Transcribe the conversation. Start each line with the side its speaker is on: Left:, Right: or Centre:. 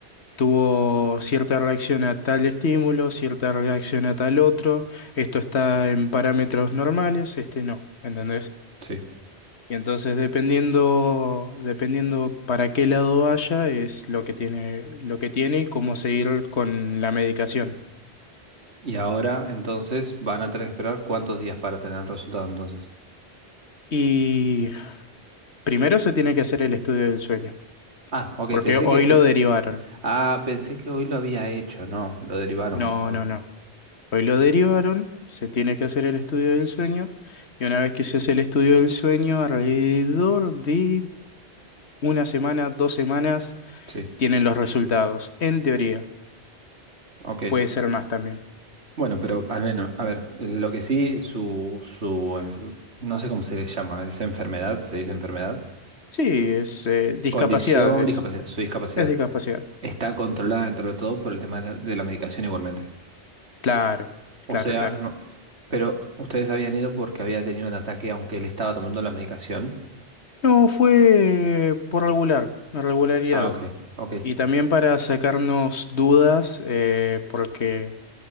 Left: tuvo cierta reacción a tal estímulo, cierta reacción a tal otro, esto está en parámetros normales, este no, ¿entendés?
Right: sí.
Left: Y entonces dependiendo, dependiendo para qué lado vaya, es lo que tiene, lo que tiene y cómo seguir con la medicación.
Right: Y ahora entonces van a tener que esperar cuántos días para tener el resultado entonces.
Left: Y primero se tiene que hacer el estudio del sueño,
Right: Ah, ok,
Left: porque
Right: pensé
Left: hoy
Right: que... pe-
Left: lo derivaron.
Right: ah, pensé que hoy lo había hecho, no, lo derivaron
Left: No,
Right: hoy.
Left: no, no. Hoy lo derivaron, se tiene que hacer el estudio del sueño, y una vez que se hace el estudio del sueño, alrededor de una semana, dos semanas,
Right: Sí,
Left: tienen los resultados, en teoría.
Right: ok.
Left: Puede ser más también.
Right: Bueno, pero al menos, a ver, lo que sí, su, su, enf- no sé cómo se le llama, es enfermedad, se dice enfermedad.
Left: Sí, es eh, discapacidades.
Right: Condición, discapacidad, su discapacidad.
Left: Es de discapacidad.
Right: está controlada dentro de todo por el tema de la, de la medicación igualmente.
Left: Claro,
Right: O
Left: claro,
Right: sea,
Left: claro.
Right: no. Pero ustedes habían ido porque había tenido un ataque, aunque él estaba tomando la medicación.
Left: No, fue por regular, regularidad.
Right: Ah, ok, ok.
Left: Y también para sacarnos dudas, eh, porque